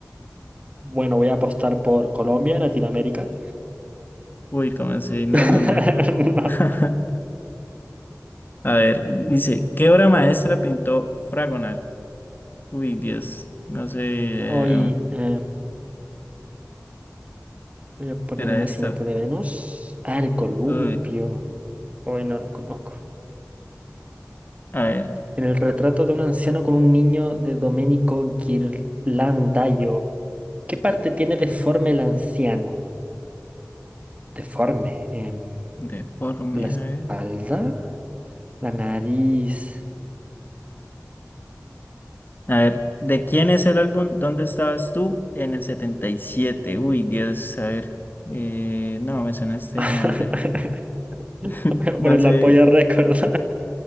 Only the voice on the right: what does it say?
bueno, voy a apostar por Colombia, Latinoamérica.
<laughs>
No.
Hoy em, voy a poner
el nacimiento
de Venus. Ah, el columpio.
Hoy no la conozco.
En el retrato de un anciano con un niño de Domenico Ghirlandaio, ¿qué parte tiene deforme el anciano? Deforme. em,
¿la espalda?
¿La nariz?
<laughs>
Voy
a poner
la polla récord.